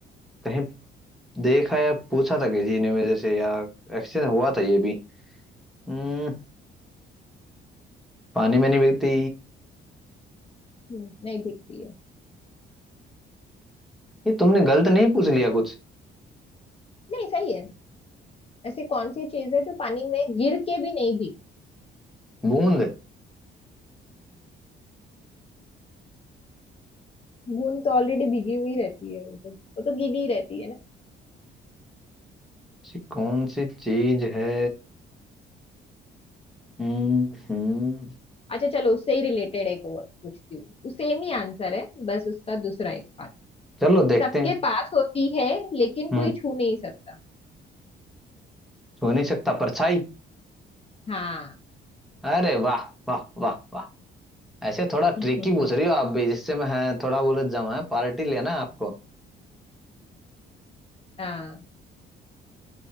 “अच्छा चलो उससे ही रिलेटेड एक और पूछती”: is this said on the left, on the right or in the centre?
Left